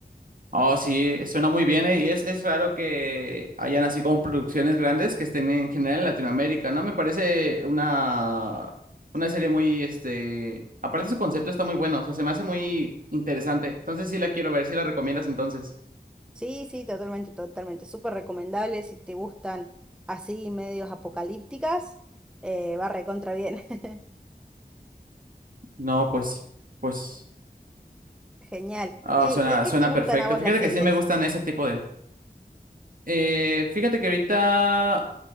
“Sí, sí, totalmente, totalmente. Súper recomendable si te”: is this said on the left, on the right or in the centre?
Centre